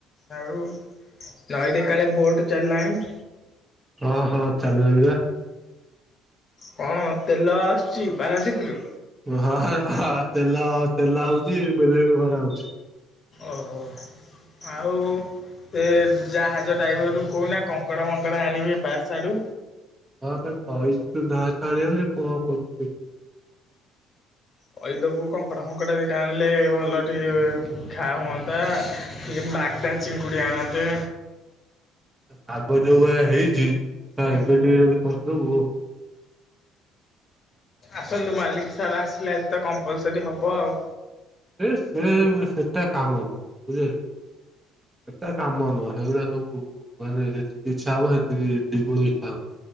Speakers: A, on the left; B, on the right.
A: ଆଉ ନଈଟି କାଳେ ବୋଟ ଚାଲିଲାଣି।
B: ହଁ ହଁ ଚାଲିଲାଣି ବା।
A: କଣ? ତେଲ ଆସୁଚି? ପାରାଦ୍ଵୀପରୁ
B: ହଁ ତେଲ ତେଲ ଆଉଛି ବିଲରେ ବି ଖରା ହଉଛି।
A: ଓହୋ ଆଉ ସେ ଜାହାଜ ଡ୍ରାଇଭରଙ୍କୁ କହୁନା କଙ୍କଡ଼ା ମଙ୍କଡ଼ା ଆଣିବେ ପାସ୍ ଆଡୁ।
B: ହଁ ତାକୁ କହିଛି ତୁ ନା ଛାଣି ସିଏ କଣ କରୁଛି?
A: କହିଦବୁ କଙ୍କଡା ଫଙ୍କଡା ଦିଟା ଆଣିଲେ ଭଲ ଟିକେ ଖା ହୁଅନ୍ତା ଟିକେ ବାଗଦା ଚିଙ୍ଗୁଡ଼ି ଆଣନ୍ତେ
B: ପାଗ ଯୋଉ ଭଳିଆ ହେଇଛି ହଁ
A: ହୁଁ
B: ଏବେ ଟିକେ ଯଦି କରିଦବୁ ହଁ।
A: ଆସନ୍ତୁ ମାଲିକ ସାର୍ ଆସିଲେ ଆଜି ତ କମ୍ପଲସରୀ ହବ ଆଉ।
B: ସେ ସେଟା କାମ ନୁହଁ ବୁଝି ହଉଚି ସେଟା କାମ ନୁହଁ ସେଗୁଡା ସବୁ ମାନେ ଯେତିକି ଇଛା ହବ ସେତିକି ଦ୍ୱିଗୁଣ ଇଚ୍ଛା ହଉନି।